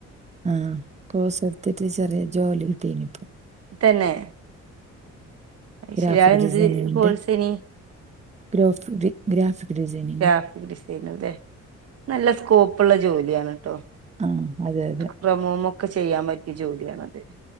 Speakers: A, on the right; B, on the right.
A: ആഹ് കോഴ്സ് എടുത്തിട്ട് ചെറിയ ജോലി കിട്ടീനി ഇപ്പം
B: തന്നെ അത്
A: ഗ്രാഫിക്
B: ശരി അതെന്ത്
A: ഡിസൈനിങ്ങിന്റെ
B: കോഴ്സേനി
A: ഗ്രോഫി ഗ്രാഫിക് ഡിസൈനിംഗ്
B: ഗ്രാഫിക് ഡിസൈന അല്ലെ നല്ല സ്കോപ്പുള്ള ജോലിയാണ് കേട്ടോ
A: ആഹ് അതെ അതെ
B: ക്രമവും ഒക്കെ ചെയ്യാൻ പറ്റിയ ജോലിയാണത്